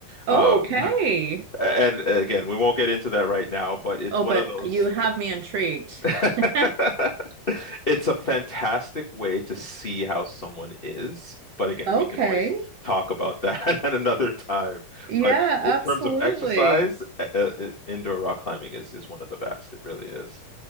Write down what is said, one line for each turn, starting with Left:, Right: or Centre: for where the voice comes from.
Right: Okay.
Left: Uh, and again, we won't get into that right now, but it's
Right: Oh,
Left: one
Right: but
Left: of those
Right: you have me intrigued.
Left: <laughs>
Right: <laughs>
Left: It's a fantastic way to see how someone is. But again,
Right: Okay.
Left: we can always talk about that <laughs> at another time.
Right: Yeah,
Left: But in
Right: absolutely.
Left: terms of exercise, uh, uh, indoor rock climbing is, is one of the best. It really is.